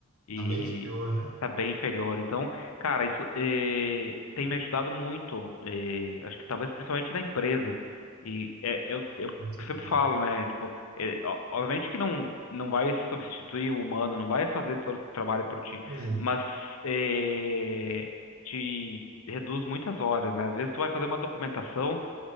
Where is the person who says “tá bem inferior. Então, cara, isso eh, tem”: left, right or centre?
Left